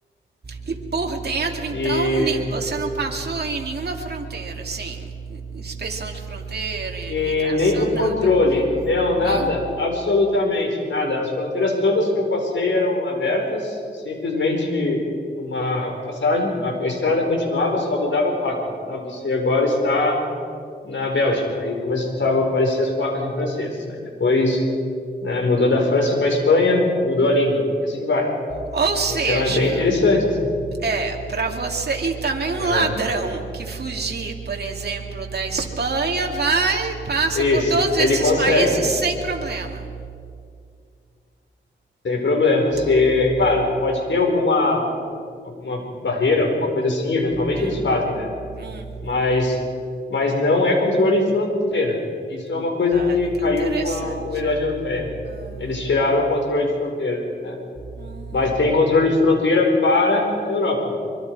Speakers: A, on the right; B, on the left.
A: E por dentro, então,
B: né?
A: ni- você não passou em nenhuma fronteira, sim inspeção de fronteira, imigração,
B: E nenhum
A: nada,
B: controle, não, nada,
A: não?
B: absolutamente nada. As fronteiras todas que eu passei eram abertas, simplesmente uma passagem, a a estrada continuava, só mudava a placa. Ah, você agora está na Bélgica. Aí começava a aparecer as placas em francês. Aí depois, né, mudou da França para a Espanha, mudou a língua, e assim vai.
A: Ou seja,
B: Então é bem interessante, assim.
A: É, para você. E também um
B: É,
A: ladrão que fugir, por exemplo, da Espanha, vai, passa
B: isso,
A: por todos
B: ele
A: esses
B: consegue,
A: países sem problema.
B: sem problema. Se,
A: Não.
B: claro, pode ter alguma alguma barreira, alguma coisa assim, eventualmente
A: Hum,
B: eles fazem, né?
A: hum.
B: Mas, mas não é controle de fronteira. Isso é uma coisa que
A: Olha que
B: caiu
A: interessante.
B: com a comunidade europeia.
A: Ah,
B: Eles tiraram o controle de fronteira, né?
A: hum,
B: Mas tem controle de fronteira para a Europa.